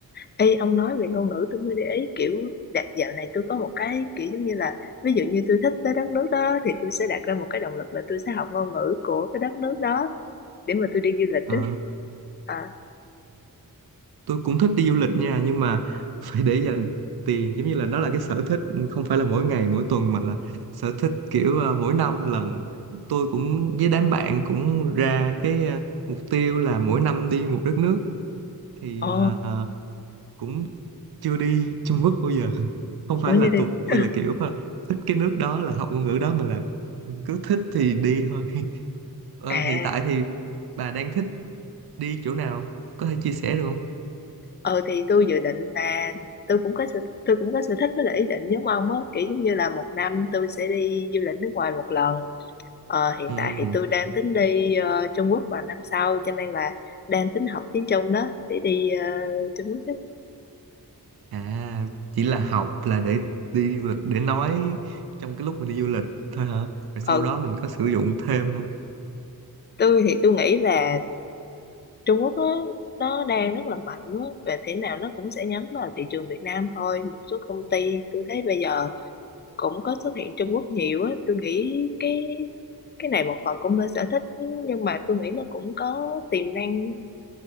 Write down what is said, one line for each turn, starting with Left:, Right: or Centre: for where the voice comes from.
Left: ê, ông nói về ngôn ngữ tôi mới để ý kiểu đạt dạo này tôi có một cái kiểu giống như là ví dụ như tôi thích tới đất nước đó thì tôi sẽ đặt ra một cái động lực là tôi sẽ học ngôn ngữ của cái đất nước đó để mà tôi đi du lịch
Right: ờ,
Left: đó. À,
Right: tôi cũng thích đi du lịch nha nhưng mà phải để dành tiền giống như là nó là cái sở thích ừ, không phải là mỗi ngày mỗi tuần mà là sở thích kiểu ờ, mỗi năm lần tôi cũng với đám bạn cũng ra cái ờ, mục tiêu là mỗi năm đi một đất nước thì
Left: ồ,
Right: ờ, cũng chưa đi Trung Quốc bao giờ <laughs> không phải
Left: tôi
Right: là
Left: như đi.
Right: tôi
Left: <laughs>
Right: là kiểu ờ, thích cái nước đó là học ngôn ngữ đó mà là cứ thích thì đi thôi <laughs> Ờ,
Left: À
Right: hiện tại thì bà đang thích đi chỗ nào có thể chia sẻ được không
Left: ừ thì tôi dự định là tôi cũng có sở, tôi cũng có sở thích với lại ý định giống ông á kiểu giống như là một năm tôi sẽ đi du lịch nước ngoài một lần ờ, hiện
Right: ừ
Left: tại thì tôi đang tính đi ờ, Trung Quốc vào năm sau cho nên là đang tính học tiếng Trung đó để đi ờ, Trung Quốc đó.
Right: à chỉ là học là để đi du lịch để nói trong cái lúc mình đi du lịch thôi hả rồi sau
Left: ừ
Right: đó mình có sử dụng thêm
Left: tôi thì tôi nghĩ là Trung Quốc nó nó đang rất là mạnh á về thế nào nó cũng sẽ nhắm vào thị trường Việt Nam thôi một số công ty tôi thấy bây giờ cũng có xuất hiện Trung Quốc nhiều á tôi nghĩ cái cái này một phần cũng là sở thích nhưng mà tôi nghĩ nó cũng có tiềm năng